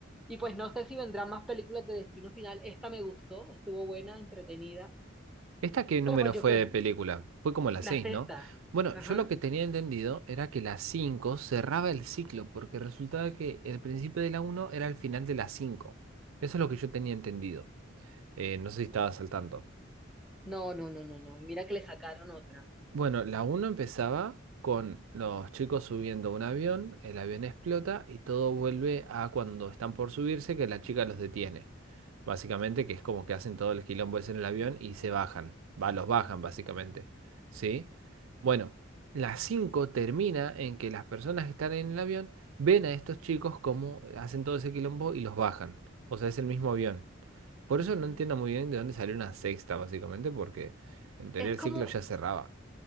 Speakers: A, in the centre; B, on the right.
A: Y pues no sé si vendrán más películas de Destino Final. Esta me gustó, estuvo buena, entretenida,
B: ¿Esta qué número
A: pero pues yo
B: fue
A: creo,
B: de película? Fue como la
A: la
B: 6,
A: sexta.
B: ¿no? Bueno,
A: Ajá.
B: yo lo que tenía entendido era que la 5 cerraba el ciclo, porque resultaba que el principio de la uno era el final de la 5. Eso es lo que yo tenía entendido. Eh, no sé si estabas al tanto.
A: No, no, no, no, no. Y mira que le sacaron otra.
B: Bueno, la uno empezaba con los chicos subiendo a un avión, el avión explota y todo vuelve a cuando están por subirse, que la chica los detiene. básicamente, que es como que hacen todo el quilombo ese en el avión y se bajan, va, los bajan básicamente, ¿sí? Bueno, las 5 termina en que las personas que están en el avión ven a estos chicos cómo hacen todo ese quilombo y los bajan, o sea, es el mismo avión. Por
A: Ujú.
B: eso no entiendo muy bien de dónde salió una sexta, básicamente, porque en teoría
A: Es
B: el
A: como,
B: ciclo ya cerraba.